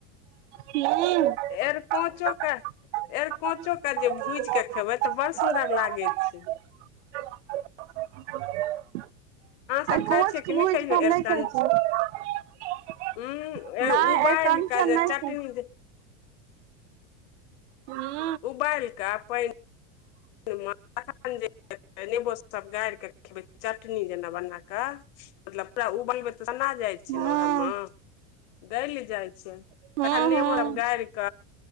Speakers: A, on the right; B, on the left.
A: ह हूं
B: एरकोचो क एरकोचो के जे भूजि के खेबै तऽ बड़ सुंदर लागै छै।
A: <unintelligible> <inaudible>
B: अहाँ सब खाय
A: कोच
B: छियै
A: के
B: कि नहि
A: भुज
B: कहियो
A: के हम
B: एरकंच
A: नहि खाइ छियै
B: उं ए
A: नहि
B: उबाएल
A: अरिकंचन
B: क जे
A: नहि
B: चाटनी
A: खाइ
B: जे
A: हूँ
B: उबाल कऽ पान <inaudible> नेबो सब गारि क चटनी जेना बना क मतलब पूरा उबलबे त <unintelligible> सना जाय छै
A: हँ
B: ने ओएह मे
A: हूँ
B: तखन नेबो
A: हूँ
B: हम गारिक